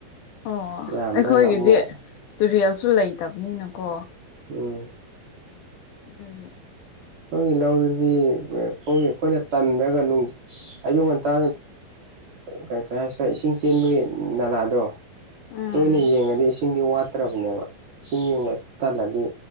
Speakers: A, on the left (about 75°); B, on the right (about 75°).
A: ꯑꯣ
B: ꯌꯥꯝꯗ꯭ꯔꯒ
A: ꯑꯩꯈꯣꯏꯒꯤꯗꯤ
B: ꯑꯃꯨꯛ
A: ꯇꯨꯔꯦꯜꯁꯨ ꯂꯩꯇꯕꯅꯤꯅꯀꯣ
B: ꯎꯝ
A: ꯑꯗꯨꯅꯦ
B: ꯑꯩꯈꯣꯏꯒꯤ ꯂꯧꯗꯨꯗꯤ ꯑꯩꯈꯣꯏ ꯑꯩꯈꯣꯏꯅ ꯇꯟꯗ꯭ꯔꯒ ꯑꯌꯨꯛ ꯉꯟꯇꯥ ꯀꯩ ꯀꯩ ꯍꯥꯏꯁꯤꯔ ꯏꯁꯤꯡ ꯆꯦꯟꯕꯒꯤ ꯅꯂꯥꯗꯣ
A: ꯎꯝ
B: ꯇꯣꯏꯅ ꯌꯦꯡꯉꯗꯤ ꯏꯁꯤꯡꯗꯤ ꯋꯥꯠꯇ꯭ꯔꯕꯅꯦꯕ ꯏꯁꯤꯡ ꯌꯦꯡꯕ ꯇꯜꯂꯗꯤ